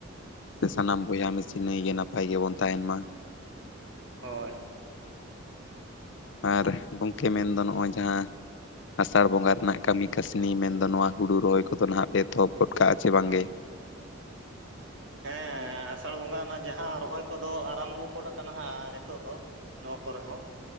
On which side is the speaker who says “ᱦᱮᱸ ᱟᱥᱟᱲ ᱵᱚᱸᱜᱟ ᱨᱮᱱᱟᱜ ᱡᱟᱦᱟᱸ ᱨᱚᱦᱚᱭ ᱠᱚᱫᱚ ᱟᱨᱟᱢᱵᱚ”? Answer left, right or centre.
Right